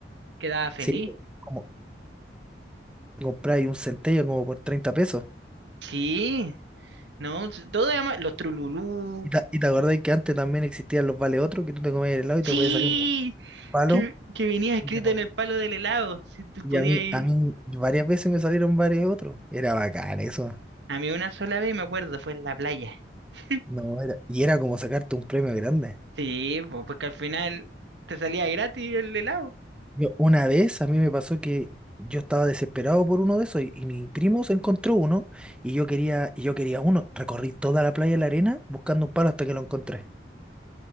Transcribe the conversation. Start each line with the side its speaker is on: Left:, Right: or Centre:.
Right: quedaba feliz.
Centre: sí, como compráis un centello como por 30 pesos.
Right: Sí, no, s- todo además, los trululú.
Centre: Y, ta- y te acordáis que antes también existían los vale otro, que tú te comías el helado y
Right: Sí,
Centre: te podía salir un palo.
Right: que, que venía escrito
Centre: Y, te com-
Right: en el palo del helado, si tú
Centre: y
Right: podías
Centre: a mí,
Right: ir.
Centre: a mí varias veces me salieron varios otros. Era bacán eso.
Right: A mí una sola vez me acuerdo, fue en la playa. <laughs>
Centre: No, era, y era como sacarte un premio grande.
Right: Sí, po, porque al final te salía gratis el helado.
Centre: Yo, una vez a mí me pasó que yo estaba desesperado por uno de esos y, y mi primo se encontró uno y yo quería, y yo quería uno. Recorrí toda la playa de la arena buscando un palo hasta que lo encontré.